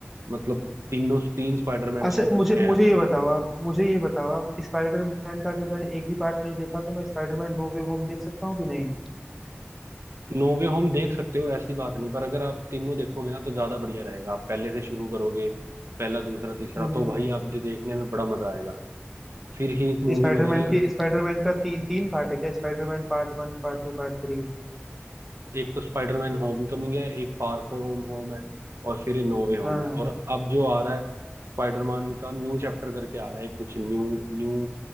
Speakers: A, on the right; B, in the centre.
A: मतलब तीनों तीन स्पाइडरमैन
B: अच्छा
A: उसमें इकट्ठे
B: मुझे
A: हैं
B: मुझे ये बताओ आप मुझे ये बताओ आप स्पाइडरमैन का अगर मैंने एक भी पार्ट नहीं देखा तो मैं स्पाइडरमैन नो वे होम देख सकता हूँ कि नहीं
A: नो वे होम देख सकते हो ऐसी बात नहीं पर अगर आप तीनों देखोगे ना तो ज्यादा बढ़िया रहेगा आप पहले से शुरू करोगे पहला दूसरा तीसरा
B: हम्म
A: तो भाई आप दे- देखने में बड़ा मजा आएगा फिर ही मूवी
B: स्पाइडरमैन
A: बनेगी यार
B: के स्पाइडरमैन का ती, तीन पार्ट है क्या Spiderman part one part two part three
A: एक तो स्पाइडरमैन होमकमिंग है एक फार फोर होम होम है और फिर नो वे होम
B: हाँ
A: है और अब जो आ रहा है स्पाइडरमैन का न्यू चैप्टर करके आ रहा है कुछ न्यू न्यू